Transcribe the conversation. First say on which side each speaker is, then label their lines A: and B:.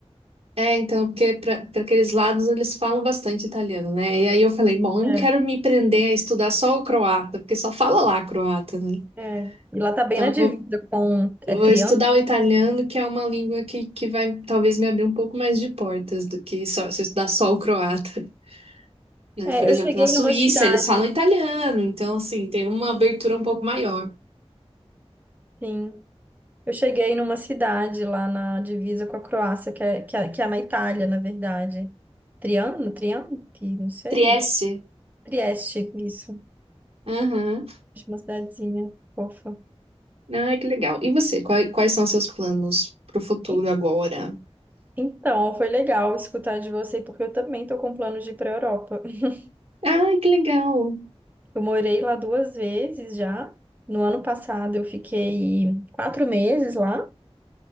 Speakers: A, on the right; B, on the right.
A: é, então, porque para aqueles lados eles falam bastante italiano, né? E aí eu falei, bom, eu
B: É,
A: não quero me prender a estudar só o croata, porque só fala lá croata, né?
B: é. E lá tá bem
A: Então,
B: na divisa
A: eu vou,
B: com é
A: vou
B: Triano?
A: estudar o italiano, que é uma língua que, que vai talvez me abrir um pouco mais de portas do que só, se eu estudar só o croata, <laughs> né?
B: É,
A: Por
B: eu
A: exemplo,
B: cheguei
A: na Suíça
B: numa cidade,
A: eles falam italiano, então, assim, tem uma abertura um pouco maior.
B: sim. Eu cheguei numa cidade lá na divisa com a Croácia, que é, que é, que é na Itália, na verdade. Triano? Triano? Não sei.
A: Trieste.
B: Trieste, isso.
A: Aham.
B: de uma cidadezinha fofa.
A: Ah, que legal. E você, quais, quais são seus planos pro futuro
B: En-
A: agora?
B: Então, foi legal escutar de você, porque eu também tô com planos de ir para a Europa. <laughs>
A: Ah, que legal.
B: Eu morei lá duas vezes já. No ano passado eu fiquei quatro meses lá